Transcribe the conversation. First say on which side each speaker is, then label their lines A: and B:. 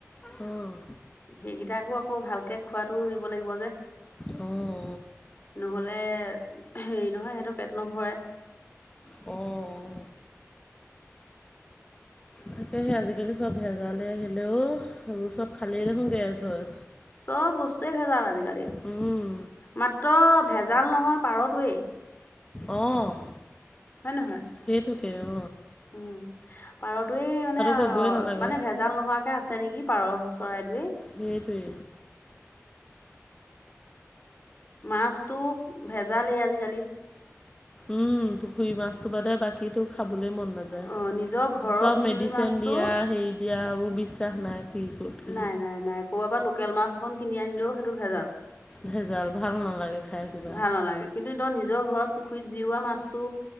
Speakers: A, on the left; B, on the left.
A: অ'।
B: সেইকিটাকৌ আকৌ ভালকে খোৱাটোৱ দিব লাগিব যে।
A: অ'।
B: নহ'লে হেৰি নহয় সিহঁতৰ পেট নভৰে।
A: অ', অ'। তাকেহে আজিকালি চব ভেজালে আহিলে ও সেইবোৰ চব খালেই দেখোন গেছ হয়।
B: সব বস্তুৱে ভেজাল আজিকালি।
A: উম।
B: মাত্ৰ ভেজাল নোহোৱা পাৰতোৱেই।
A: অ'।
B: হয় নহয়?
A: সেইটোকে অ'।
B: উম পাৰটোৱে মানে অ'
A: ক'বই নালাগে
B: মানে ভেজ ভেজাল নোৱাকে আছে নেকি পাৰ চৰাইটোৱে।
A: সেইটোৱে।
B: মাছটো ভেজালেই আজিকালি।
A: উম',। পুখুৰী মাছটো বাদে বাকীটো খাবলৈ মন নাযায়,
B: অ নিজৰ ঘৰৰ
A: চব
B: পুখুৰীৰ
A: মেডিচিন
B: মাছটো
A: দিয়া হেই দিয়া এইবোৰ বিশ্বাস নাই। কি ক'ত কি
B: নাই নাই নাই কৰ'বা পৰা লোকেল মাছ অকণ কিনি আনিলেও সেইটো ভেজাল।
A: ভেজাল, ভাল নালাগে খাই কিবা।
B: ভাল নালাগে কিন্তু তই নিজৰ ঘৰত পুখুৰীত জিওৱা মাছটো,